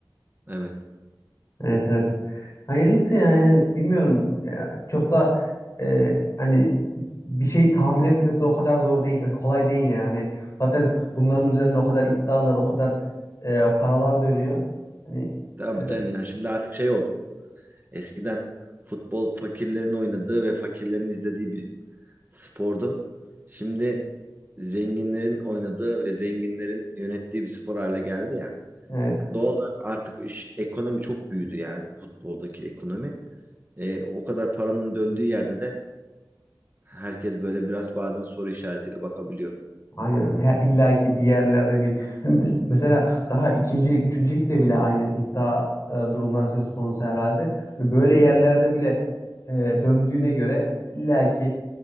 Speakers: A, on the right; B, on the left.
A: Evet.
B: Evet evet. Hayırlısı ya yani bilmiyorum ya, çok da e, hani bir şeyi tahmin etmesi o kadar zor değil kolay değil yani hani zaten bunların üzerine o kadar iddialar o kadar e, paralar dönüyor. Hani
A: Tabii
B: e,
A: canım yani şimdi artık şey oldu. Eskiden futbol fakirlerin oynadığı ve fakirlerin izlediği bir spordu. Şimdi zenginlerin oynadığı ve zenginlerin yönettiği bir spor hale geldi ya.
B: evet.
A: Yani doğal olarak artık iş- ekonomi çok büyüdü yani futboldaki ekonomi. E, o kadar paranın döndüğü yerde de Herkes böyle biraz bazen soru işaretiyle bakabiliyor.
B: Aynen. Her, illa ki bir yerlerde bir Şimdi mesela daha ikincilik, üçüncülükte bile aynı iddia e, durumları söz konusu herhalde. Hani böyle yerlerde
A: Hı hı.
B: bile e, döndüğüne göre illa ki